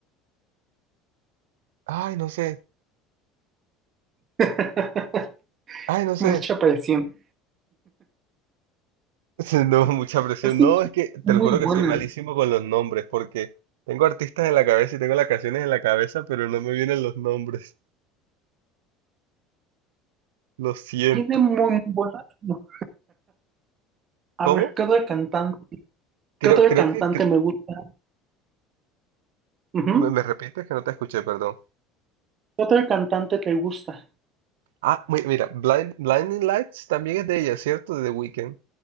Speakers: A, on the right; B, on the right.
A: Ay, no sé.
B: <laughs>
A: Ay, no sé.
B: Mucha presión.
A: <laughs> No, mucha presión.
B: Es que
A: No,
B: es
A: es que te
B: muy
A: lo juro que
B: buena.
A: soy malísimo con los nombres porque tengo artistas en la cabeza y tengo las canciones en la cabeza, pero no me vienen los nombres. Lo siento.
B: Tiene muy, muy buenas. no. A
A: ¿Cómo?
B: ver, ¿qué otro cantante?
A: Creo,
B: ¿Qué otro
A: creo
B: cantante
A: que... cre-
B: me gusta? Ujú.
A: me, me repites que no te escuché, perdón.
B: ¿Qué otro cantante te gusta?
A: Ah, mi- mira, Blind- Blinding Lights también es de ella, ¿cierto? De The Weeknd.